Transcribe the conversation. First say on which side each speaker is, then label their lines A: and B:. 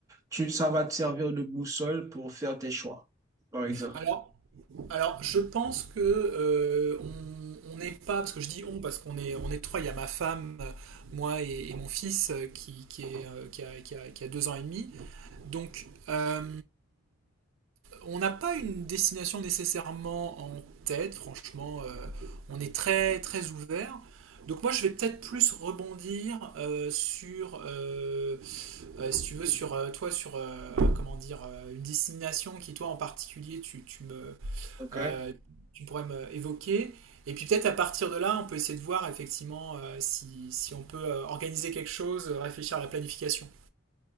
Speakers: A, on the right; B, on the right.
A: tu, ça va te servir de boussole pour faire tes choix, par exemple.
B: Alors, alors je pense que euh, on on n'est pas, parce que je dis on, parce qu'on est, on est trois, il y a ma femme, euh, moi et, et mon fils euh, qui, qui, est, euh, qui a, qui a- qui a deux ans et demi. Donc, euh, on n'a pas une destination nécessairement en tête, franchement, euh, on est très très ouvert. Donc moi je vais peut-être plus rebondir euh, sur, euh, euh, si tu veux, sur euh, toi, sur euh, comment dire, euh, une destination qui toi en particulier tu, tu me,
A: OK?
B: euh, tu pourrais me évoquer. Et puis peut-être à partir de là, on peut essayer de voir effectivement euh, si, si on peut euh, organiser quelque chose, euh, réfléchir à la planification.